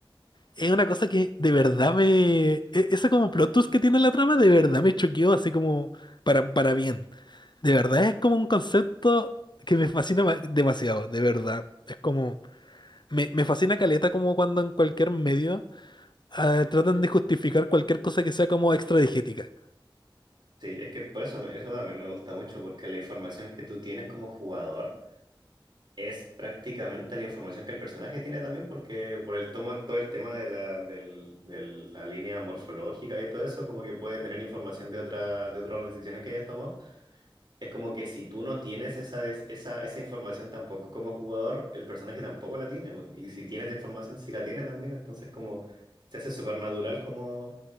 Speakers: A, on the left; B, on the right.
A: es una cosa que de verdad me... e- Ese como plot twist que tiene la trama, de verdad me choqueó así como para, para bien. De verdad es como un concepto que me fascina ma- demasiado, de verdad. Es como... Me, me fascina caleta como cuando en cualquier medio ah, tratan de justificar cualquier cosa que sea como extradigética.
B: Sí, es que por eso, me- eso también me gusta mucho, porque la información que tú tienes como jugador Es prácticamente la información que el personaje tiene también, porque por el tomo, todo el tema de la, del- de la línea morfológica y todo eso, como que puede tener información de otra, de otras decisiones que hayas tomado. Es como que si tú no tienes esa, des- esa, esa información tampoco como jugador, el personaje tampoco la tiene. weón. Y si tienes esa información, sí la tiene también. Entonces como se hace súper natural como